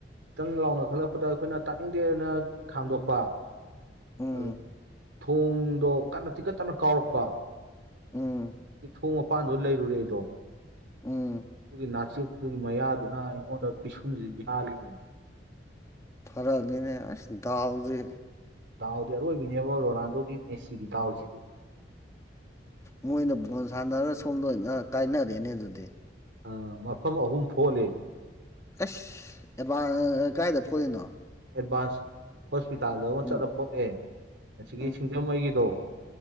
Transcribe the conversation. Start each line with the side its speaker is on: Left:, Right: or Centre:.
Right: ꯈꯤꯇꯪ ꯂꯥꯎꯅ ꯈꯜꯂꯛꯄꯗ ꯑꯩꯈꯣꯏꯅ ꯇꯥꯛꯅꯤꯡꯗꯦꯅ ꯈꯥꯝꯗꯣꯛꯄ
Left: ꯎꯝ
Right: ꯑꯗꯨ ꯊꯣꯡꯗꯣ ꯀꯟꯅ ꯇꯤꯀꯠꯇꯅ ꯀꯥꯎꯔꯛꯄ
Left: ꯎꯝ
Right: ꯏ ꯊꯣꯡ ꯃꯄꯥꯟꯗꯣ ꯂꯩꯔꯨꯔꯦ ꯑꯩꯗꯣ
Left: ꯎꯝ
Right: ꯑꯗꯨꯒꯤ ꯅꯥꯆꯦꯛꯇꯨꯒꯤ ꯃꯌꯥꯗꯨꯅ ꯑꯩꯉꯣꯟꯗ ꯄꯤꯁꯨꯝꯁꯤ ꯌꯥꯜꯂꯤꯅꯦꯕ
Left: ꯐꯔꯛꯗꯅꯦ ꯑꯁ ꯗꯗꯥꯎꯗ
Right: ꯗꯥꯎꯗꯤ ꯑꯔꯣꯏꯕꯅꯦꯕ ꯔꯣꯅꯥꯜꯗꯣꯒꯤ ꯃꯦꯁꯤꯒꯤ ꯗꯥꯎꯁꯤꯗꯤ
Left: ꯃꯣꯏꯅ ꯕꯣꯜ ꯁꯥꯟꯅꯔꯒ ꯁꯣꯝꯗ ꯑꯣꯏꯅ ꯀꯥꯏꯅꯔꯦꯅꯦ ꯑꯗꯨꯗꯤ
Right: ꯑ ꯃꯐꯝ ꯑꯍꯨꯝ ꯐꯣꯜꯂꯤ
Left: ꯑꯁ ꯑꯦꯚ ꯀꯗꯥꯥꯏꯗ ꯐꯣꯜꯂꯤꯅꯣ
Right: ꯑꯦꯗꯚꯥꯟꯁ ꯍꯣꯁꯄꯤꯇꯥꯜꯗ ꯑꯃ
Left: ꯎꯝ
Right: ꯆꯠꯂ ꯄꯣꯠꯑꯦ ꯑꯁꯤꯒꯤꯒꯤ
Left: ꯎꯝ
Right: ꯁꯤꯡꯖꯃꯩꯒꯤꯗꯣ